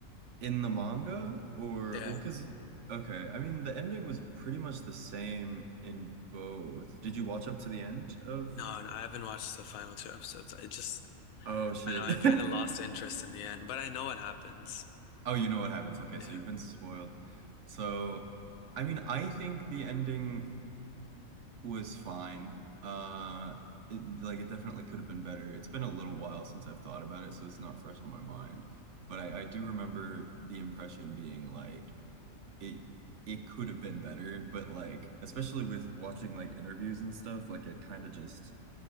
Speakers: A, on the right; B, on the left.
A: in the manga or
B: Yeah.
A: well, because okay, I mean the ending was pretty much the same in both. Did you watch up to the end of?
B: No, and I haven't watched the final two episodes. I just,
A: Oh shit.
B: I know I kind
A: <laughs>
B: of lost interest in the end, but I know what happens.
A: Oh, you know what happens. Okay,
B: Yeah.
A: so you've been spoiled. So, I mean, I think the ending was fine. Uh, it, like it definitely could have been better. It's been a little while since I've thought about it, so it's not fresh on my mind. But I, I do remember the impression being like it it could have been better, but like especially with watching like interviews and stuff, like it kind of just